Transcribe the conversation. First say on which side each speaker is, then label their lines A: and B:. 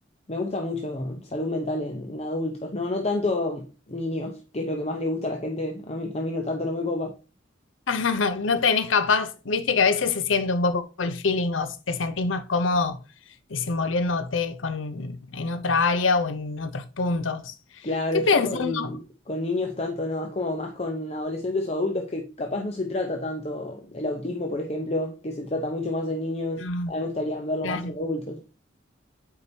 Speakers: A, on the left; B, on the left.
A: me gusta mucho salud mental en, en adultos, no, no tanto niños, que es lo que más le gusta a la gente, a mí, a mí no tanto, no me copa.
B: <laughs> No tenés capaz, viste que a veces se siente un poco el feeling o te sentís más cómodo desenvolviéndote con, en otra área o en otros puntos.
A: Claro,
B: Estoy
A: yo
B: pensando,
A: con, con niños tanto no, es como más con adolescentes o adultos que capaz no se trata tanto el autismo, por ejemplo, que se trata mucho más en niños,
B: mm,
A: a mí me gustaría verlo
B: claro.
A: más en adultos.